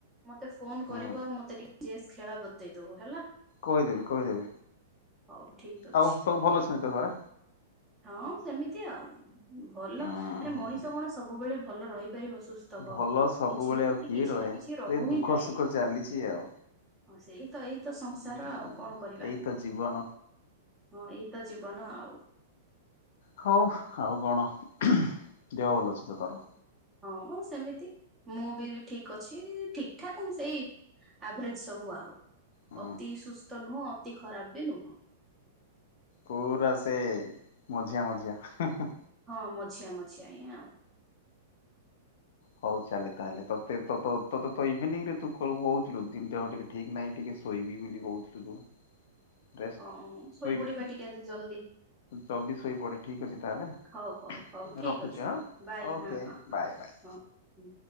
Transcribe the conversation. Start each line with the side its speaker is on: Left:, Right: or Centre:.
Right: ମତେ ଫୋନ
Left: ହୁଁ।
Right: କରିବୁ ଆଉ ମତେ ଟିକେ ଚେସ୍ ଖେଳ ବତେଇଦବୁ ହେଲା।
Left: କହିଦେବି କହିଦେବି।
Right: ହଉ ଠିକ ଅଛି।
Left: ଆଉ ସବୁ ଭଲ ଅଛନ୍ତି ତ ଘରେ?
Right: ହଁ ସେମିତି ଆଉ ଭଲ
Left: ଉଁ
Right: ଆରେ
Left: ହୁଁ
Right: ମଣିଷ
Left: ହୁଁ
Right: କଣ ସବୁବେଳେ ଭଲ ରହିପାରିବ ସୁସ୍ ସ୍ଥ କହ
Left: ଭଲ ସବୁବେଳେ
Right: କିଛି ନା
Left: ଆଉ
Right: କିଛି
Left: କିଏ
Right: କିଛି
Left: ରହେ।
Right: ନା କିଛି ରହୁ
Left: ଏ
Right: ହିଁ
Left: ଦୁଃଖ
Right: ଥାଏ।
Left: ସୁଖ ଚାଲିଛି ଆଉ।
Right: ହଁ ସେଇ ତ ଏଇତ ସଂସାର
Left: ହୁଁ
Right: ଆଉ କଣ କରିବା
Left: ଏଇ ତ ଜୀବନ
Right: ହଁ ଏଇତ ଜୀବ ବନ ଆଉ।
Left: ହଉ ଆଉ କଣ ଦେହ ଭଲ ଅଛି ତ ତୋର?
Right: ହଁ ସେମିତି ମୁଁ ବି ଠିକ ଅଛି ଠିକ ଠାକ ହ ସେଇ ଆଭରେଜ ସବୁ ଆଉ
Left: ଉଁ
Right: ଅତି ସୁସ୍ଥ ନୁହଁ ଅତି ଖରାପ ବି ନୁହଁ।
Left: କୋଉରା ସେ ମଝିଆ ମଝିଆ। <inaudible>
Right: ହଁ ମଝିଆ ମଝିଆ ହିଁ ଆଉ।
Left: ହଉ ଚାଲେ ତାହେଲେ ତତେ ତତ ତୋତେ ତ ଇଭିନିଂ ରେ ତୁ ତର କହୁଥିଲୁ ଦିନଟା ଟିକେ ଠିକ ନାହିଁ ଟିକେ ଶୋଇବି ବୋଲି କହୁଥିଲୁ ତୁ। ରେଷ୍ଟ
Right: ହଁ ଶୋଇପଡିବା
Left: ଶୋଇବୁ କି
Right: ଟିକେ ଆଜି ଜଲ୍ଦି।
Left: ଜଲ୍ଦି ଶୋଇପଡେ ଠିକ ଅଛି ତାହେଲେ
Right: ହଉ ହଉ ହଉ ଠିକ
Left: ରଖୁଛି
Right: ଅଛି
Left: ହଁ
Right: ଆଉ ବାଏ
Left: ଓକେ
Right: ହଁ ହଁ ହଁ
Left: ବାଏ ବାଏ।
Right: ହଁ। ହୁଁ।